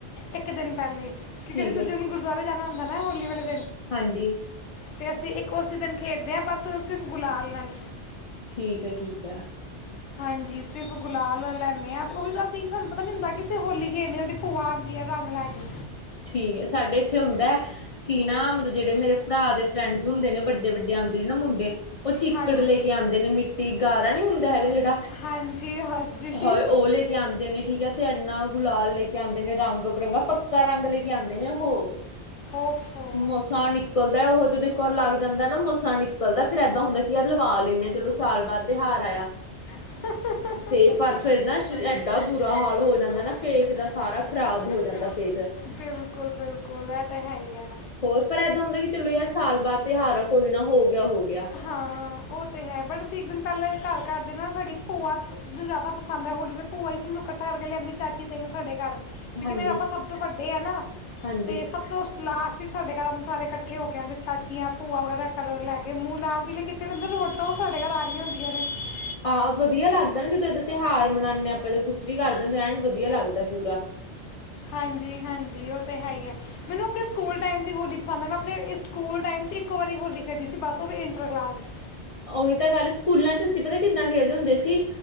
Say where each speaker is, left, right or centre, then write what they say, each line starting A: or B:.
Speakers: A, on the left (about 80°); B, on the left (about 60°).
A: ਇੱਕ ਦਿਨ ਪਹਿਲ਼ੇ ਕਿ
B: ਠੀਕ
A: ਅੇ ਦੂਜੇ
B: ਹੈ
A: ਨੂੰ ਗੁਰਦੁਆਰੇ ਜਾਣਾ। <unintelligible> ਬਨਦਾ ਨਾ ਹੋਲੀ ਵੇਲੇ <unintelligible>
B: ਹਾਂਜੀ
A: ਅਤੇ ਅਸੀਂ ਇੱਕ ਉਸ ਦਿਨ ਖੇਡਦੇ ਹਾਂ ਬਸ ਸਿਰਫ ਗੁਲਾਲ ਨਾਲ
B: ਠੀਕ ਹੈ ਠੀਕ ਆ
A: ਹਾਂਜੀ ਸਿਰਫ ਗੁਲਾਲ ਲੈਂਦੇ ਹਾਂ ਤੇ ਉਹ ਅਸੀਂ ਸਾਨੂੰ ਪਤਾ ਨੀ ਹੁੰਦਾ ਕਿ ਅਸੀਂ ਹੋਲੀ ਖੇਡਣੀ ਭੂਆ ਆਉਂਦੀ ਹੈ ਰੰਗ ਲੈ ਕੇ
B: ਠੀਕ ਹੈ ਸਾਡੇ ਇੱਥੇ ਹੁੰਦਾ ਹੈ ਕਿ ਨਾ ਮਤਲਬ ਜਿਹੜੇ ਮੇਰੇ ਭਰਾ ਦੇ ਫਰੈਂਡਸ ਹੁੰਦੇ ਨੇ ਵੱਡੇ-ਵੱਡੇ ਆਉਂਦੇ ਨੇ ਨਾ ਮੁੰਡੇ ਉਹ ਚੀਕੜ
A: ਹਾਂਜੀ।
B: ਲੈ ਕੇ ਆਉਂਦੇ ਨੇ ਮਿੱਟੀ ਗਾਰਾ ਨੀ ਹੁੰਦਾ ਹੈਗਾ ਜਿਹੜਾ
A: ਹਾਂਜੀ ਹਾਂਜੀ
B: ਹਾਏ ਉਹ ਲੈ ਕੇ ਆਉਦੇ ਨੇ ਠੀਕ ਹੈ ਤੇ ਐਨਾ ਗੁਲਾਲ ਲੈ ਕੇ ਆਉਦੇ ਨੇ ਰੰਗ ਬਿਰੰਗਾ ਪੱਕਾ ਰੰਗ ਲੈ ਆਦੇ ਨੇ ਉਹ
A: ਓਫੋ
B: ਮਸਾ ਨਿਕਲਦਾ ਉਹ ਜਦੋਂ ਇੱਕ ਵਾਰ ਲੱਗ ਜਾਂਦਾ ਨਾ ਮੋਸਾ ਨਿਕਲਦਾ ਫਿਰ ਏਦਾਂ ਹੁੰਦਾ ਕਿ ਯਾਰ ਲਵਾ ਲੈਂਦੇ ਆ ਚਲੋ ਸਾਲ ਬਾਅਦ ਤਿਉਹਾਰ ਆਇਆ। <unintelligible>
A: ਪਰ
B: ਤੇ ਪਰ
A: ਫਿਰ
B: ਨਾ ਐਡਾ
A: ਨਾ
B: ਬੁਰਾ ਹਾਲ
A: ਦਾਂ
B: ਹੋ
A: ਬੁਰਾ
B: ਜਾਂਦਾ
A: ਹਾਲ
B: ਨਾ
A: ਹੋ
B: ਫੇਸ
A: ਜਾਂਦਾ
B: ਦਾ
A: ਨਾ
B: ਸਾਰਾ
A: ਫੇਸ ਸਾਰਾ
B: ਜਾਂਦਾ
A: ਖ਼ਰਾਬ ਹੋ
B: ਫੇਸ
A: ਜਾਂਦਾ। <unintelligible> ਬਿਲਕੁਲ ਬਿਲਕੁਲ ਇਹ ਤਾਂ ਹੈ ਹੀ ਆ
B: ਹੋਰ ਪਰ ਏਦਾਂ ਹੁੰਦਾ ਕਿ ਚਲੋ ਯਾਰ ਸਾਲ ਬਾਅਦ ਤਿਉਹਾਰ ਆ ਕੋਈ ਨਾ ਹੋ ਗਿਆ ਹੋ ਗਿਆ
A: ਹਾਂ ਉਹ ਤੇ ਹੈ ਵੀ ਅਸੀ ਇੱਕ ਦਿਨ ਪਹਿਲੇ ਘਰ ਕਰਦੇ ਨਾ ਸਾਡੀ <unintelligible> ਭੂਆ ਆਦਾ ਪਸੰਦ ਹੈ ਹੋਲੀ ਤੇ ਭੂਆ ਹੀ ਸਾਨੂੰ ਇਕੱਠਾ ਕਰਕੇ ਲਿਆਂਦੀ ਚਾਚੀ ਤਾਈ ਸਾਡੇ ਘਰ, <unintelligible> ਕਿਉਂਕਿ
B: ਹਾਂਜੀ
A: ਮੇਰੇ ਆਪਾਂ ਸਭ ਤੋਂ ਵੱਡੇ ਆ ਨਾ
B: ਹਾਂਜੀ
A: ਤੇ ਸਭ ਤੋਂ ਲਾਸਟ ਸਾਡੇ ਘਰ ਆਂਦੇ ਸਾਰੇ ਇਕੱਠੇ ਹੋ ਕੇ ਆਂਦੇ ਚਾਚੀਆਂ ਭੂਆ ਵਗੈਰਾ ਕਲਰ ਲੈ ਕੇ ਮੂੰਹ ਲਾਲ ਪੀਲੇ ਕੀਤੇ ਰੋਡ ਤੋਂ ਸਾਡੇ ਘਰ ਆ ਰਹੀਆਂ ਹੁੰਦੀਆਂ ਨੇ। <unintelligible>
B: ਆਹ ਵਧੀਆ ਲੱਗਦਾ ਨਾ ਜਿੱਦੋਂ ਇਹ ਤਿਉਹਾਰ ਮਨਾਦੇ ਹਾਂ ਆਪਾਂ ਜਾ ਕੁਛ ਵੀ ਕਰਦੇ ਹਾ ਫਿਰ ਵਧੀਆ ਲੱਗਦਾ ਪੂਰਾ
A: ਹਾਂਜੀ ਹਾਂਜੀ ਉਹ ਤੇ ਹੈ ਹੀ ਆ ਮੈਨੂੰ ਆਪਣੇ ਸਕੂਲ ਟਾਈਮ ਦੀ ਹੋਲੀ ਪਸੰਦ ਆ ਮੈਂ ਆਪਣੇ ਸਕੂਲ ਟਾਈਮ ਇਕੋ ਵਾਰੀ ਹੋਲੀ ਖੇਡੀ ਸੀ ਬਸ ਉਹ ਇੰਟਰ ਕਲਾਸ ਚ
B: ਉਹੀ ਤਾਂ ਗੱਲ ਸਕੂਲਾਂ ਚ ਅਸੀਂ ਪਤਾ ਕਿੱਦਾਂ ਖੇਡਦੇ ਹੁੰਦੇ ਸੀ।